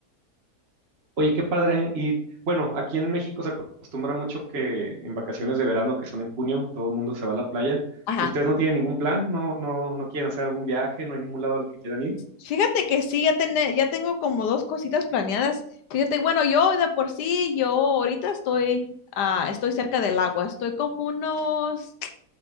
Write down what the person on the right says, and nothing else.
Oye, qué padre, y bueno, aquí en México se acostumbra mucho que en vacaciones de verano, que son en junio, todo el mundo se va a la playa.
¿Ustedes no tienen ningún plan? ¿No, no, no quieren hacer algún viaje? ¿No hay ningún lado al que quieran ir?